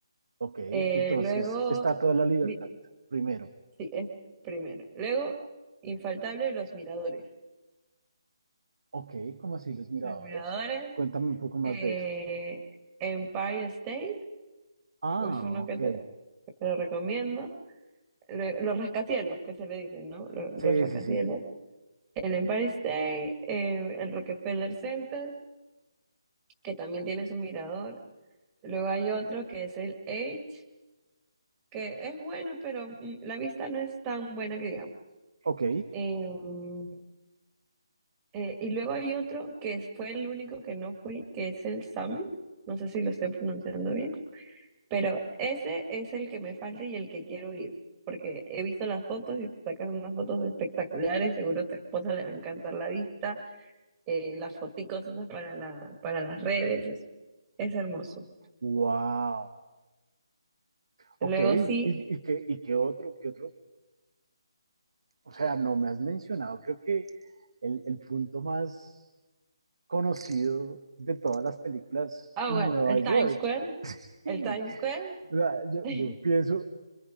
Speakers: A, on the right (about 70°); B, on the right (about 15°).
A: ok.
B: Eh,
A: Entonces,
B: luego...
A: está toda la libertad.
B: vi-
A: Primero,
B: Sí, es primero. Luego, infaltable, los miradores.
A: ok, ¿cómo así los miradores?
B: Los miradores,
A: Cuéntame un poco más
B: eh,
A: de eso.
B: Empire State,
A: Ah,
B: es uno
A: ok.
B: que te, que te lo recomiendo. Lue- los rascacielos, que se le dicen, ¿no? Lo-
A: Sí,
B: Los, rascacielos.
A: sí, sí.
B: El Empire State, eh, el Rockefeller Center, que también tiene su mirador. Luego hay otro que es el Edge, que es bueno, pero mm, la vista no es tan buena que
A: Ok.
B: digamos. Eh, y luego hay otro que es- fue el único que no fui, que es el Summit. No sé si lo estoy pronunciando bien, pero ese es el que me falta y el que quiero ir, porque he visto las fotos y te sacas unas fotos espectaculares. Seguro a tu esposa le va a encantar la vista, eh, las foticos esas para la, para las redes. Es, es hermoso.
A: Wow. Ok.
B: Luego
A: ¿Y,
B: sí,
A: y qué, y qué otro, qué otro? o sea, no me has mencionado, creo que el, el punto más conocido de todas las películas
B: ah,
A: en
B: bueno,
A: Nueva
B: el
A: York.
B: Times Square,
A: <laughs> Sí,
B: el Times Square,
A: o sea, yo,
B: <laughs>
A: yo pienso